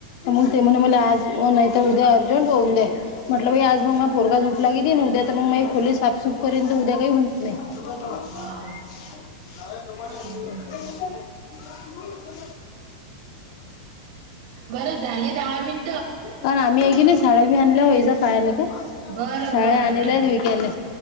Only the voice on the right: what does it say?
हा
हम्म. बर झाले दहा मिन
बरं
बरं
बरं